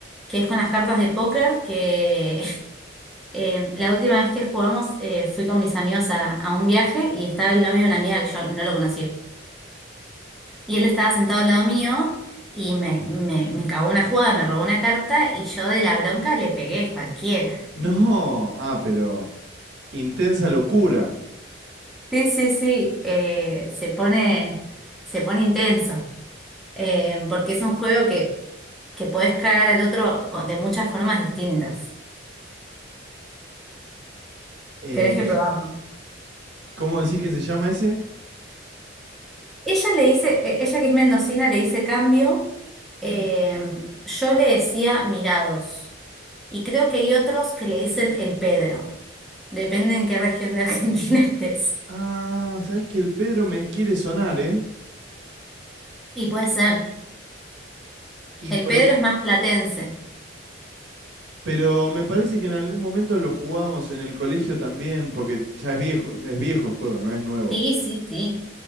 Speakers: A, in the centre; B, on the right.
A: que es con las cartas de póker, que <laughs> eh, la última vez que jugamos eh, fui con mis amigos a, a un viaje y estaba el novio de una amiga que yo no lo conocía. Y él estaba sentado al lado mío y me, me, me cagó una jugada, me robó una carta y yo de la bronca le pegué cualquiera.
B: No, ah, pero... Intensa locura.
A: Sí, sí, sí, eh, se pone, se pone intenso, eh, porque es un juego que, que podés cagar al otro co- de muchas formas distintas.
B: Eh,
A: Tenés que probar.
B: <laughs> ¿cómo decís que se llama ese?
A: Ella le dice, eh, ella que es mendocina le dice cambio, eh, yo le decía mirados. Y creo que hay otros que le dicen el Pedro. Depende en qué región de Argentina <laughs> estés.
B: Ah, sabes que el Pedro me quiere sonar, ¿eh?
A: Y puede ser.
B: Y
A: El
B: por
A: Pedro
B: ej-
A: es más platense.
B: pero me parece que en algún momento lo jugábamos en el colegio también, porque ya es viejo, es viejo el juego, no es nuevo.
A: Sí, sí, sí,